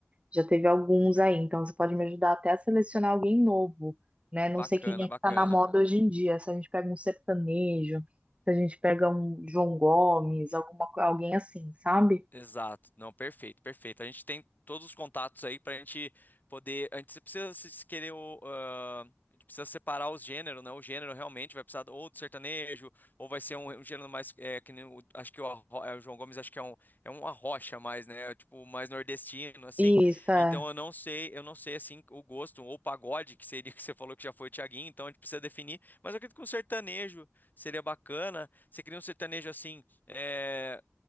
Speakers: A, on the right (about 25°); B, on the left (about 40°).
A: já teve alguns aí. Então, você pode me ajudar até a selecionar alguém novo né?
B: Bacana,
A: Não sei quem é que
B: bacana.
A: tá na moda hoje em dia. Se a gente pega um sertanejo, se a gente pega um João Gomes, alguma, co- alguém assim, sabe?
B: Exato. Não, perfeito, perfeito. A gente tem todos os contatos aí pra gente poder. A gente precisa se se querer o. ah, a gente precisa separar os gêneros, né? O gênero realmente vai precisar ou do sertanejo, ou vai ser um, um gênero mais. É, que nem o- acho que o, arro- é, o João Gomes acho que é um, é um arrocha mais, né? Tipo, mais nordestino, assim.
A: E Isso é,
B: Então eu não sei, eu não sei assim o gosto, ou pagode, que seria que você falou que já foi o Thiaguinho, então a gente precisa definir. Mas eu acredito que um sertanejo seria bacana. Você cria um sertanejo assim. é,